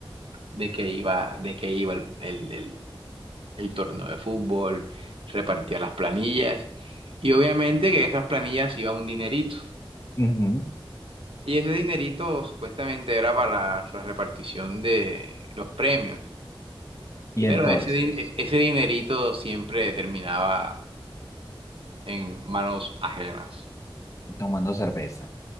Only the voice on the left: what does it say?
ujú.
Y
entonces,
tomando cerveza,